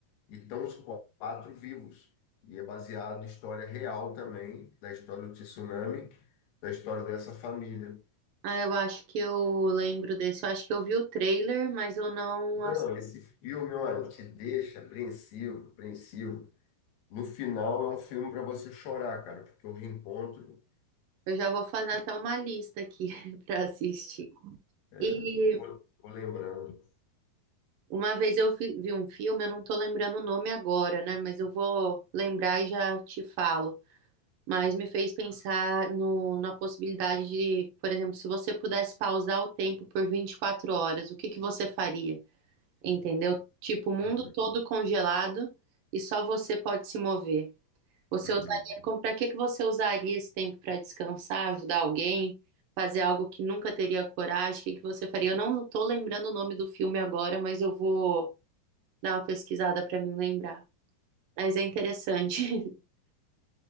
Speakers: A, on the left; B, on the right.
A: e estão os quatro vivos. E é baseado na história real também, da história do tsunami, da história dessa família.
B: Ah, eu acho que eu lembro desse, eu acho que eu vi o trailer, mas eu não
A: Não,
B: assisti.
A: esse filme, olha, te deixa apreensivo, apreensivo. No final é um filme para você chorar, cara, porque o reencontro,
B: Eu já vou fazer até uma lista aqui <laughs> para assistir.
A: é,
B: E
A: eu vou, vou lembrando.
B: uma vez eu fi- vi um filme, eu não tô lembrando o nome agora, né? Mas eu vou lembrar e já te falo. Mas me fez pensar no- na possibilidade de, por exemplo, se você pudesse pausar o tempo por 24 horas, o que que você faria? Entendeu? Tipo, o mundo
A: Uhum,
B: todo congelado e só você pode se mover. Você
A: uhum.
B: usaria, como, para que que você usaria esse tempo para descansar, ajudar alguém, fazer algo que nunca teria coragem? O que que você faria? Eu não tô lembrando o nome do filme agora, mas eu vou dar uma pesquisada para me lembrar. Mas é interessante. <laughs>